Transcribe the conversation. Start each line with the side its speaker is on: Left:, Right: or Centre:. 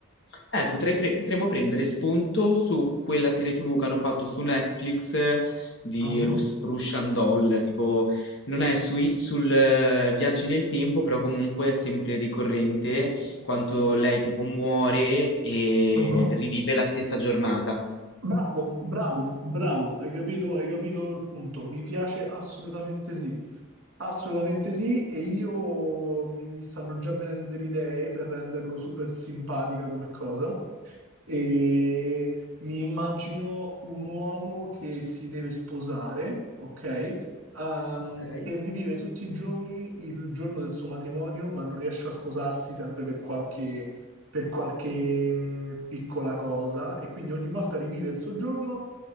Left: Eh, potrei pre- potremmo prendere spunto su quella serie TV che hanno fatto su Netflix eh, di
Right: Mhm,
Left: Rus- Russian Doll, tipo non è sui- sul eh, viaggi nel tempo, però comunque è sempre ricorrente quanto lei tipo muore e
Right: mhm.
Left: rivive la stessa giornata.
Right: Bravo, bravo, bravo, hai capito, hai capito il punto. Mi piace assolutamente sì. Assolutamente sì, e io mi, mi stanno già venendo delle idee per renderlo super simpatica come cosa. e mi immagino un uomo che si deve sposare, ok? Ehm,
Left: Ok.
Right: e rivive tutti i giorni il giorno del suo matrimonio, ma non riesce a sposarsi sempre per qualche, per qualche piccola cosa, e quindi ogni volta rivive il suo giorno